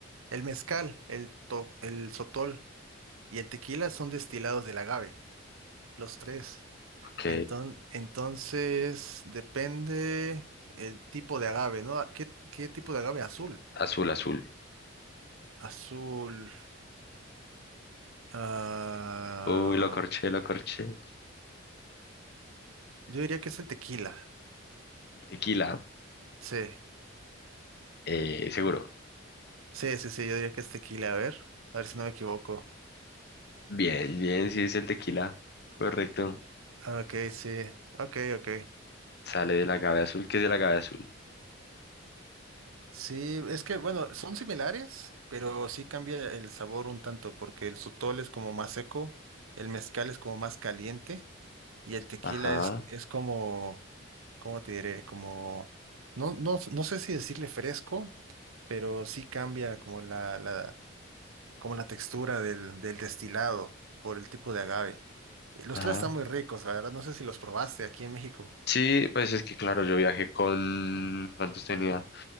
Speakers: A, on the right; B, on the left.
A: El mezcal, el, to- el sotol y el tequila son destilados del agave, los tres.
B: Ok,
A: Enton- entonces, depende el tipo de agave, ¿no? Ah, ¿Qué, qué tipo de agave? Azul.
B: azul, azul.
A: Azul. ah,
B: Uy, lo corché, lo corché.
A: yo diría que es el tequila.
B: Tequila,
A: Sí,
B: eh, seguro.
A: sí, sí, sí, yo diría que es tequila. A ver, a ver si no me equivoco.
B: Bien, bien, sí es el tequila. Correcto.
A: Ok, sí, ok, ok.
B: Sale del agave azul. ¿Qué es el agave azul?
A: Sí, es que bueno, son similares, pero sí cambia el sabor un tanto, porque el sotol es como más seco, el mezcal es como más caliente, y el tequila
B: Ajá,
A: es, es como, ¿cómo te diré? Como, no, no, no sé si decirle fresco, pero sí cambia como la, la, como la textura del, del destilado por el tipo de agave. Y los
B: ajá.
A: tres están muy ricos, la verdad, no sé si los probaste aquí en México.
B: Sí, pues es que claro, yo viajé con... ¿Cuántos tenía?